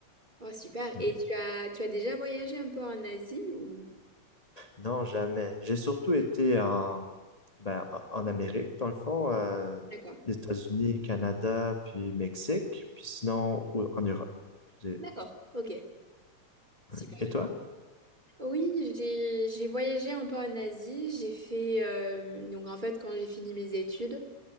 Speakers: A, on the right; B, on the left.
A: Oh, super.
B: ouais.
A: Et tu as, tu as déjà voyagé un peu en Asie ou...
B: Non, jamais. J'ai surtout été en, ben, en en Amérique, dans le fond, euh,
A: D'accord.
B: les États-Unis, Canada, puis Mexique, puis sinon au- en Europe. J'ai-
A: D'accord. Ok. Super.
B: ouais. Et toi?
A: Oui, j'ai, j'ai voyagé un peu en Asie. J'ai fait... euh, donc en fait, quand j'ai fini mes études,